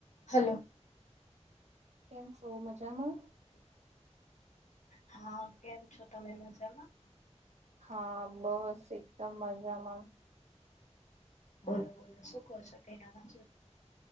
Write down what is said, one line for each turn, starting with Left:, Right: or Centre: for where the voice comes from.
Left: હલો
Right: કેમ છો મજામાં?
Left: હા કેમ છો તમે મજામાં?
Right: હા બસ એકદમ મજામાં.
Left: બોલો બોલો શું કહો છો કઈ ના વાંચ,